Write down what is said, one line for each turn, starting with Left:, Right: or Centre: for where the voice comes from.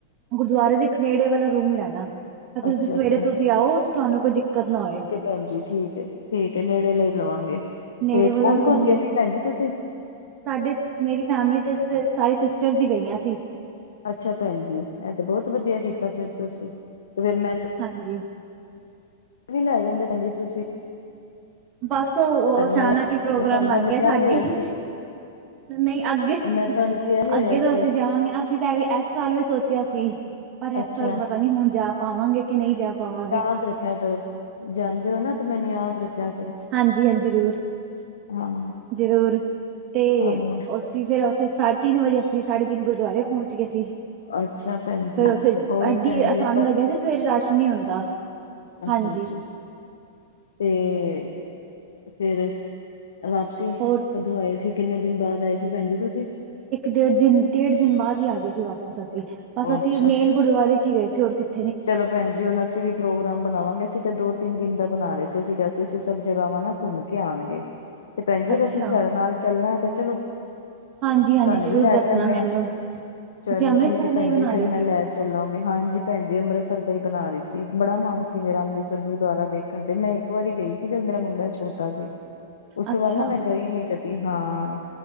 Right: ਗੁਰਦੁਆਰੇ ਦੇ ਇੱਕ ਨੇੜੇ ਵਾਲਾ ਰੂਮ ਲੈਣਾ। ਤਾ ਕਿ
Left: ਅੱਛਾ-ਅੱਛਾ,
Right: ਤੂਸੀ ਸਵੇਰੇ ਤੂਸੀ ਆਓ, ਤੂਆਨੂੰ ਕੋਈ ਦਿੱਕਤ ਨਾ ਹੋਏ।
Left: ਭੈਨਜੀ ਠੀਕ ਏ, ਠੀਕ ਏ ਨੇੜੇ ਆਲਾ ਈ ਲਵਾਂਗੇ,
Right: ਨੇੜੇ
Left: ਤੇ
Right: ਵਾਲਾ
Left: ਕੌਨ-ਕੌਨ
Right: ਰੂਮ ਲੈ
Left: ਗਏ ਸੀ ਭੈਨ ਜੀ ਤੂਸੀ?
Right: ਸਾਡੇ ਚ, ਮੇਰੀ ਫੈਮਲੀ ਇਚ ਅਸੀ ਤੇ ਸਾਰੀ ਸਿਸਟਰਸ ਈ ਗਈਆਂ ਸੀ।
Left: ਅੱਛਾ ਭੈਨ ਜੀ, ਏ ਤੇ ਬੋਤ ਵਦੀਆ ਕੀਤਾ ਫੇਰ ਤੂਸੀ, ਤੇ ਫੇਰ ਮੈਂ
Right: ਹਾਂਜੀ।
Left: ਵੀ ਲੈ ਜਾਂਦੈ ਭੈਨ ਜੀ ਤੂਸੀ।
Right: ਬਾੱਸ ਓ ਅਚਾਨਕ
Left: ਮੈਂ
Right: ਈ ਪ੍ਰੋਗਰਾਮ
Left: ਮੈਂ ਤੁਹਾਨੂੰ
Right: ਬਾੱਨ
Left: ਪਹਿਲੇ
Right: ਗੇਆ
Left: ਕਿਹਾ
Right: ਸਾਡੀ
Left: ਵੀ ਹੋਇਆ ਸੀ।
Right: ਨਹੀ ਅੱਗੇ-ਅੱਗੇ
Left: ਮੈਂ ਤੁਹਾਨੂੰ ਕਿਹਾ ਵੀ ਹੋਇਆ
Right: ਤੋਂ
Left: ਸੀ
Right: ਅਸੀ ਜਾਵਾਂਗੇ ਨਾ, ਅਸੀ ਤਾ ਐਸ ਸਾਲ ਵੀ ਸੋਚੇਆ ਸੀ। ਪਰ ਐਸ
Left: ਅੱਛਾ
Right: ਸਾਲ ਪਤਾ ਨੀ ਹੁਨ ਜਾ ਪਾਵਾਂਗੇ ਕੇ ਨਈ ਜਾ ਪਾਵਾਂਗੇ।
Left: ਬਾੰਦ ਰੱਖੇਆ ਕਰੋ। ਜਾਂਦੇ ਓ ਨਾ, ਤੇ ਮੈਨ ਯਾਦ ਰੱਖੇਆ
Right: ਹਾਂਜੀ-ਹਾਂਜੀ, ਜਰੂਰ-ਜਰੂਰ
Left: ਹਾਂ
Right: ਤੇ
Left: ਹਾਂ
Right: ਓਸ ਅਸੀ ਫੇਰ ਓਥੇ, ਸਾ ਤਿੰਨ ਵਜੇ ਅਸੀ ਸਾਡੇ ਤਿੰਨ ਗੁਰਦੁਆਰੇ ਪ੍ਹੇਂਚ ਗਏ ਸੀ।
Left: ਅੱਛਾ ਭੈਣ
Right: ਫੇਰ
Left: ਜੀ
Right: ਉਥੇ
Left: ਹੋਰ
Right: ਐਡੀ,
Left: ਭੈਣ
Right: ਐ
Left: ਜੀ
Right: ਸਾੱਨ ਲੱਗੇਆ ਸੀ, ਸਵੇਰੇ ਰਾੱਸ਼ ਨੀ ਹੁੰਦਾ।
Left: ਅੱਛਾ-ਅੱਛਾ,
Right: ਹਾਂਜੀ
Left: ਤੇ ਫੇਰ ਵਾਪਸੀ
Right: ਹੋਰ
Left: ਕਦੋਂ ਆਏ ਸੀ, ਕਿੰਨੇ ਦਿਨ ਬਾਦ ਆਏ ਸੀ ਭੈਨ ਜੀ ਤੂਸੀ?
Right: ਡੇਡ ਦਿਨ, ਡੇਡ ਦਿਨ ਬਾਦ ਈ ਆਗੇ ਸੀ ਵਾਪਸ ਅਸੀ, ਬਾੱਸ ਅਸੀ
Left: ਅੱਛਾ
Right: ਮੇਨ ਗੁਰਦਆਰੇ ਚ ਈ ਗਏ ਸੀ ਹੋਰ ਕਿਤ
Left: ਚਲੋ ਭੈਨ ਜੀ ਹੁਨ ਅਸੀ ਵੀ ਪ੍ਰੋਗਰਾਮ ਬਨਾਵਾਂਗੇ, ਅਸੀ ਤੇ ਦੋ-ਤਿੰਨ ਦਿਨ ਦਾ ਬਨਾ ਰੇ ਸੀ, ਅਸੀ ਕੇਆ ਸੀ ਅਸੀ ਸਬ ਜਗਾਵਾਂ ਨਾ ਘੂੰਮ ਕੇ ਆਨਗੇ। ਤੇ ਭੈਣ ਜੀ
Right: ਅੱਛਾ
Left: ਅਗਰ ਤੁਸੀਂ ਸਾਡੇ ਨਾਲ, ਚੱਲਣਾ ਹੈ ਤੇ ਚਲੋ
Right: ਹਾਂਜੀ ਹਾਂਜੀ
Left: ਤਾਨੂੰ
Right: ਜ਼ਰੂਰ
Left: ਵੀ ਲੈ ਚੱਲਨੇ
Right: ਦੱਸਣਾ ਮੈਨੂੰ
Left: ਆ
Right: ਤੁਸੀਂ
Left: ਚਲੋ
Right: ਅੰਮ੍ਰਿਤਸਰ
Left: ਠੀਕ ਹੈ
Right: ਦਾ
Left: ਭੈਣ
Right: ਹੀ ਬਣਾ
Left: ਜ ਫੇਰ
Right: ਰਹੇ
Left: ਮੈਂ
Right: ਸੀ
Left: ਲੈ ਚੱਲੋਂਗੇ, ਹਾਂਜੀ ਭੈਣ ਜੀ ਅੰਮ੍ਰਿਤਸਰ ਦਾ ਹੀ ਬਨਾ ਰੀ ਸੀ। ਬੜਾ ਮਨ ਸੀ ਮੇਰਾ ਅੰਮ੍ਰਿਤਸਰ ਗੁਰੁਆਰਾ ਦੇਖਣ ਤੇ, ਮੈਂ ਇੱਕ ਵਾਰੀ ਗਈ ਸੀ। ਜਦ ਮੇਰਾ ਮੁੰਡ ਚ ਛੋਟਾ ਸੀ। ਉਸ ਤੋਂ
Right: ਅੱਛਾ
Left: ਬਾਦ ਨਾ ਮੈਂ ਗਈ ਨਈ ਕਦੀ ਹਾਂ